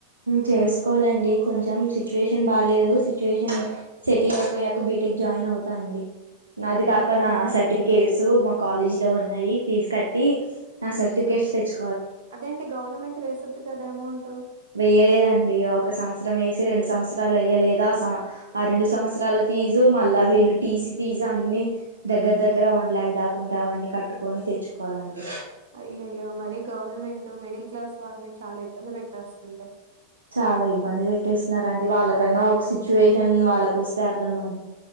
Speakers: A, on the right; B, on the right.
A: చేసుకోవాలండి కొంచెం సిచ్యువేషన్ బా లేదు సిచ్యువేషన్ సెట్ అయిపోయాక బీటెక్ జాయిన్ అవుతా అండి అది
B: హ్మ్
A: కాక
B: బీటెక్
A: నా
B: కూడా
A: సర్టిఫికేట్స్ కాలేజీ లో ఉన్నాయి ఫీజ్ కట్టి నా సర్టిఫికేట్స్ తెచ్చు
B: అదేంటి గవర్నమెంట్ వేసుద్ది కదా అమౌంట్
A: వెయ్యలేదండి ఒక సంవత్సరం వేసి రెండు సంవత్సరాలు వేయలేదా ఆ రెండు సంవత్సరాల ఫీజు మళ్ళా వీళ్ళు టీసీ ఫీజు అన్ని దగ్గర దగ్గర వన్ లాక్ దాకా ఉంటాదండి అవన్నీ కట్టుకొని తెచ్చుకోవాలండి
B: అయ్యయ్యో మరీ గవర్నమెంట్ మిడిల్ క్లాస్ వారిని చాలా ఇబ్బంది పెట్టేస్తుందొ
A: చాలా ఇబ్బంది పెట్టేస్తున్నారు అండి వాళ్ళకన్నా ఒక సిచ్యువేషన్ వాళ్ళకు వస్తే అర్థమవు